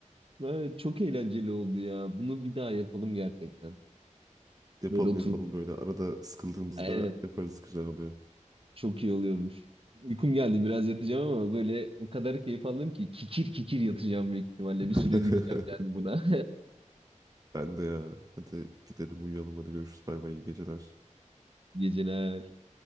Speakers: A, on the right; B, on the right.
A: Evet, çok eğlenceli oldu ya. Bunu bir daha yapalım gerçekten.
B: Yapalım
A: Böyle oturup
B: yapalım böyle arada sıkıldığımızda
A: aynen
B: yaparız güzel oluyor.
A: çok iyi oluyormuş. Uykum geldi biraz yatacağım ama böyle o kadar keyif aldım ki kikir kikir yatacağım büyük ihtimalle.
B: <laughs>
A: Bir süre güleceğim yani buna.
B: Ben de ya. Hadi gidelim uyuyalım hadi görüşürüz bay bay iyi geceler.
A: <laughs> Geceler.